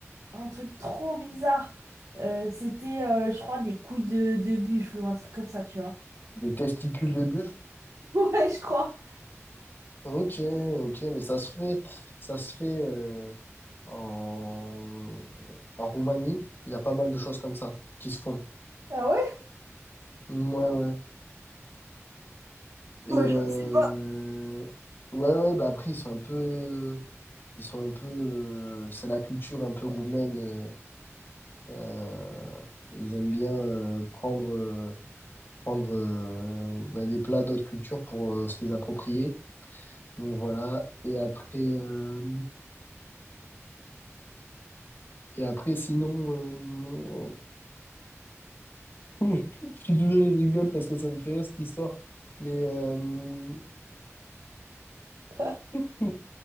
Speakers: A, on the right; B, on the left.
A: un truc trop bizarre. Euh, c'était, euh, je crois, des couilles de, de buffle ou un truc comme ça, tu vois.
B: les testicules de bœuf.
A: <laughs> Ouais, je crois.
B: Ok, ok, mais ça se fait, ça se fait euh, en, en Roumanie. Il y a pas mal de choses comme ça qui se font.
A: Ah ouais?
B: Ouais, ouais. Et
A: Moi, je
B: euh,
A: sais
B: ouais, ouais. Bah après, ils sont un peu, ils sont un peu. euh, c'est la culture un peu roumaine. euh, euh, ils aiment bien euh, prendre, euh, prendre euh, bah, des plats d'autres cultures pour euh, se les approprier. Donc voilà. Et après, euh, et après, sinon. euh, Oui, <laughs> Je suis désolé, je rigole parce que ça me fait rire cette histoire. Mais euh,
A: pas.
B: <laughs>